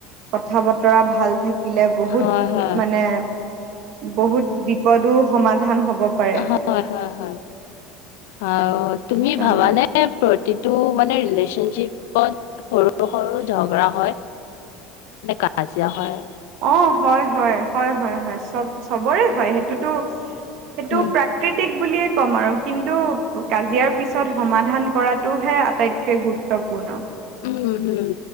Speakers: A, on the right; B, on the left.
A: কথা বতৰা ভাল থাক থাকিলে বহুত
B: হয় হয়
A: মানে বহুত বিপদো সমাধান হব পাৰে।
B: হয় হয় হয় অ তুমি
A: পাৰে
B: ভাবানে প্ৰতিটো মানে ৰিলেচনশ্বিপত সৰু সৰু ঝগৰা হয় মানে কাজিয়া হয়
A: অ হয় হয় হয়ব চবৰে হয় সেইটোতো সেইটো
B: উম
A: প্ৰাকৃতিক বুলিয়ে ক'ম আৰু কিন্তু কাজিয়াৰ পিছত সমাধান কৰাটোহে আটাইতকৈ গুপ গুৰুত্বপূৰ্ণ
B: উম উম